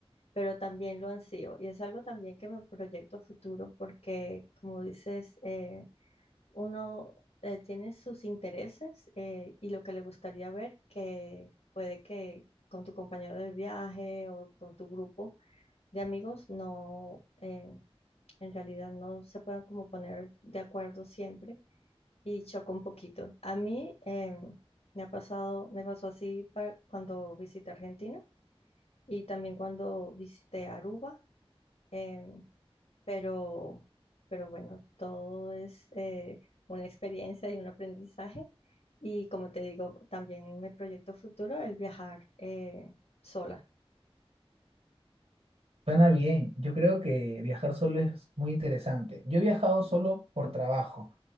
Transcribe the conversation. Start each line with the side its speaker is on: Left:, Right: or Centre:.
Left: pero también lo ansío. Y es algo también que me proyecto a futuro porque, como dices, eh, uno eh, tiene sus intereses eh, y lo que le gustaría ver, que puede que con tu compañero de viaje o con tu grupo de amigos no, eh, en realidad no se puedan como poner de acuerdo siempre y choca un poquito. A mí eh, me ha pasado, me pasó así para cuando visité Argentina y también cuando visité Aruba. eh, pero, pero bueno, todo es eh, una experiencia y un aprendizaje. Y como te digo, también me proyecto futuro el viajar eh, sola.
Right: Suena bien. Yo creo que viajar solo es muy interesante. Yo he viajado solo por trabajo.